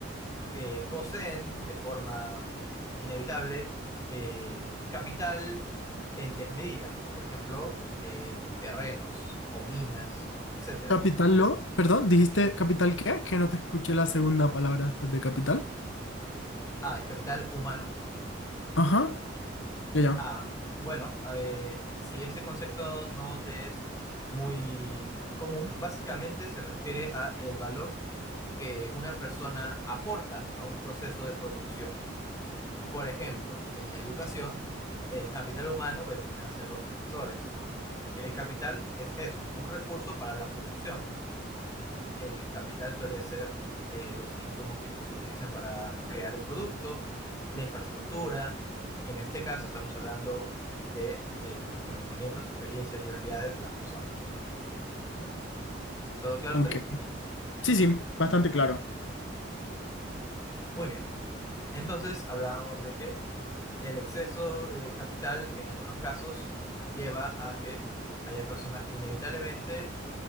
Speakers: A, on the left; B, on the left.
A: eh, poseen de forma inevitable eh, capital en desmedida, por ejemplo, eh, terrenos o minas, etcétera.
B: Capital lo, perdón, dijiste capital qué? Que no te escuché la segunda palabra después de capital.
A: Ah, el capital humano.
B: Ajá, ya, ya.
A: Ah, bueno, eh, si ese concepto no te es muy común, básicamente se refiere a el valor que una persona aporta a un proceso de producción. Por ejemplo, en la educación, el capital humano vendrían a ser los profesores, porque el capital es eso, un recurso para la producción. El capital suele ser eh, los insumos que se utilizan para crear un producto, la infraestructura. En este caso estamos hablando de eh, los conocimientos, experiencias y habilidades de las personas. ¿Todo claro
B: Ok.
A: hasta ahí?
B: Sí, sí, bastante claro.
A: Muy bien. Entonces hablábamos de que el exceso de capital en algunos casos lleva a que haya personas que inevitablemente